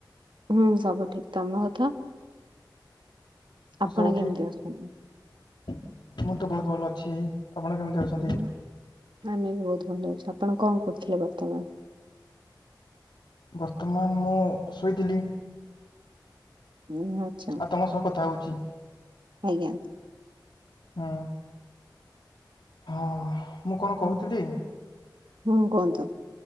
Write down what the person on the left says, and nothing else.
ସବୁ
ଠିକ
ମୁଁ ତ ବହୁତ ଭଲ ଅଛି ଆପଣ କେମିତି ଅଛନ୍ତି
ବର୍ତ୍ତମାନ ମୁଁ ଶୋଇଥିଲି।
ଆଉ ତମ ସହ କଥା ହଉଛି
ହୁଁ ହଁ ମୁଁ କଣ କହୁଥିଲି।